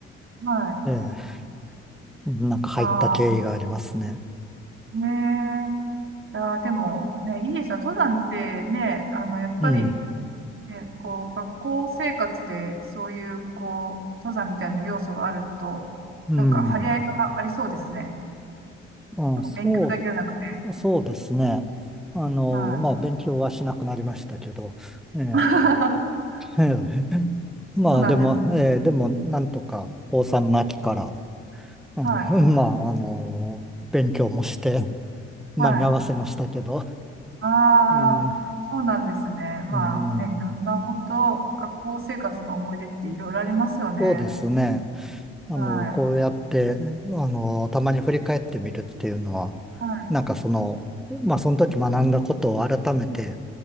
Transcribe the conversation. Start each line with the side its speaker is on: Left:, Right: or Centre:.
Right: はい。
Centre: ええ、なんか入った経緯がありますね。
Right: ああ、ねえ。いやー、でも、ね、いいですよ。登山ってね、あの、やっぱり、
Centre: うん、
Right: ね、こう、学校生活でそういう、こう、登山みたいな要素があると、
Centre: うん。
Right: なんか、張り合いがありそうですね。
Centre: あ、
Right: なんか勉強だけじゃなくて。
Centre: そう、そうですね。あの、
Right: はい。
Centre: まあ、勉強はしなくなりましたけど、ええ、
Right: <laughs>
Centre: <laughs> ええ
Right: そうなんです。
Centre: まあ、でも、ええ、でも、なんとか、高3の秋から、あの、
Right: はい。
Centre: まあ、あの、勉強もして、間に合わせましたけど、
Right: はい。あ
Centre: ええ、
Right: あ、そうなんですね。まあね、
Centre: うん、
Right: いろんな本当、学校生活の思い出っていろいろありますよね。
Centre: そうですね。あの、
Right: はい。
Centre: こうやって、あの、たまに振り返ってみるっていうのは、
Right: はい。
Centre: なんかその、まあ、その時学んだことを改めて